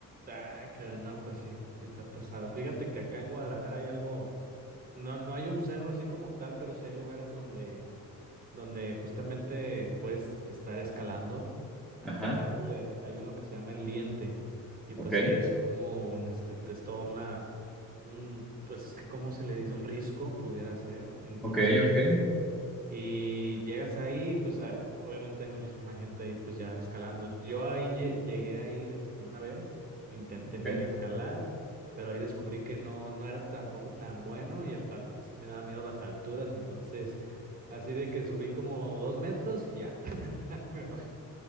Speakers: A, on the right (about 25°); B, in the centre.
A: Ah, caray, no, pues sí, sí está pesado. Fíjate que acá en Guadalajara hay algo. No, no hay un cerro así como tal, pero sí hay lugares donde, donde justamente puedes estar escalando. Acá
B: Ajá,
A: le- hay uno que se llama El Diente. Y pues
B: ok,
A: sí, es como un, este, es toda una, un, pues es que cómo se le dice, un risco pudiera ser. Entonces,
B: ok, ok,
A: y llegas ahí, pues a- obviamente hay muchísima gente ahí pues ya escalando. Yo ahí lle- llegué a ir este una vez, intenté
B: ok.
A: medio escalar, pero ahí descubrí que no, no era tampoco tan bueno y aparte sí me daba miedo las alturas, entonces así de que subí como dos metros y ya <laughs> me bajé